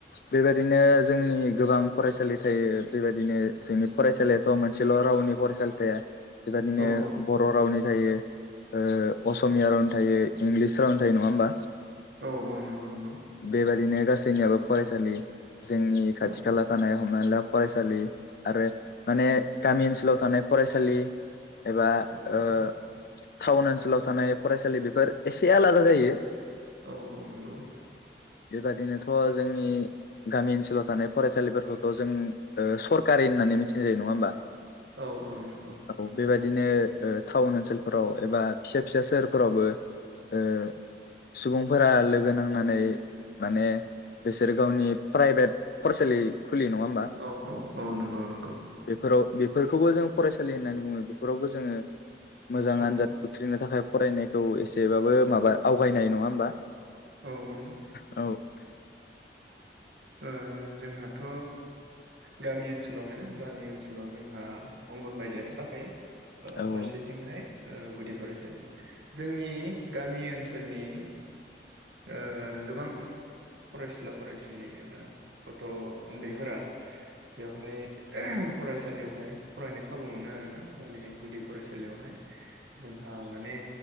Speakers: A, on the left; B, on the right.
A: बेबायदिनो जोंनि गोबां फरायसालि थायो बेबायदिनो जोंनि फरायसालियाथ' मोनसेल' राव नि फरायसालि थाया बेबायदिनो
B: औ औ
A: बर' रावनि थायो ओ असमिया रावनि थायो इंलिस रावनि थायो नङा होमबा?
B: औ औ नंगौ नंगौ ।
A: बेबायदिनो गासैनियाबो फरायसालि जोंनि खाथि
B: औ
A: खाला थानाय हमना ला फरायसालि आरो माने गामि ओनसोलाव थानाय फरायसालि एबा
B: औ
A: ओ
B: औ
A: टाउन ओनसोलाव थानाय फरायसालि बेफोर एसे आलादा जायो ।
B: औ औ नंगौ ।
A: बेबादिनोथ' जोंनि गामि ओनसोलाव थानाय फरायसालिफोरखौथ' जों ओ सरकारि होननानै मिथिनाय जायो नङा होमबा?
B: औ औ नंगौ ।
A: औ बेबादिनो ओ टाउन ओनसोलफोराव एबा फिसा फिसा सोहोरफोरावबो ओ सुबुंफोरा लोगो नांनानै माने बिसोर गावनि प्राइभेट फरायसालि खुलियो नङा होमबा
B: औ औ औ नंगौ नंगौ
A: बेफोराव बेफोरखौबो जों फरायसालि होननानै बुङो बेफोरावबो जोङो मोजां
B: औ
A: आनजाद उथ्रिनो थाखाय फरायनायखौ एसेबाबो माबा आवगायनाय नङा होमबा
B: औ
A: औ
B: ओ जोंहाथ' गामि ओनसोलाव ओनसोलावहायना गामि ओनसोलाव जोंहा अंगन बायदियाथ' थाखायो
A: औ
B: फारसेथिंहाय ओ गुदि फरायसालि जोंनि गामि ओनसोलनि ओ गोबां फरायसुला फरायसुलि एबा गथ' उन्दैफोरा बेवहाय फरायसालियावहाय फरा नानै खाबु मोनो आरोना माने गुदि फरायसालियावहाय जोंहा माने